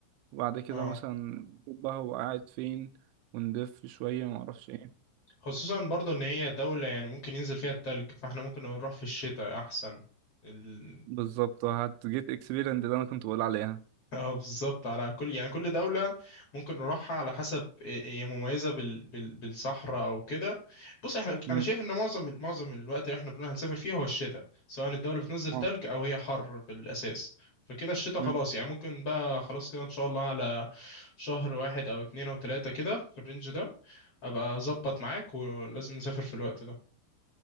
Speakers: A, on the right; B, on the left.
A: وبعد كده
B: اه
A: مثلا نشوف بقى هو قاعد فين ونلف شوية معرفش ايه
B: خصوصا برضو ان هي دولة يعني ممكن ينزل فيها التلج فاحنا ممكن نروح في الشتاء احسن ال...
A: بالظبط هتجيت اكسبيرينس اللي انا كنت بقول عليها
B: <laughs> اه بالظبط على كل يعني كل دولة ممكن نروحها على حسب إيه- هي مميزة بال... بال... بالصحراء او كده بص احنا
A: مم.
B: انا شايف ان معظم معظم الوقت اللي احنا بنقول هنسافر فيه هو الشتاء سواء الدولة بتنزل تلج
A: اه
B: او هي حر في الاساس فكده الشتاء
A: مم.
B: خلاص يعني ممكن بقى خلاص كده ان شاء الله على شهر واحد او اتنين او تلاتة كده في الرينج ده ابقى اظبط معاك ولازم نسافر في الوقت ده